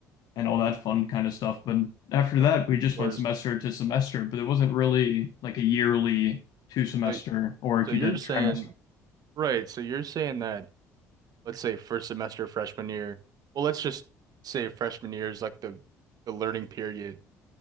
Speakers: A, on the left (about 55°); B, on the right (about 50°).
A: and all that fun kind of stuff. But after
B: of
A: that, we just
B: course.
A: went semester to semester, but it wasn't really like a yearly two semester
B: So,
A: or if
B: so you're
A: you did
B: saying,
A: trimester.
B: right? So you're saying that, let's say first semester freshman year. Well, let's just say freshman year is like the the learning period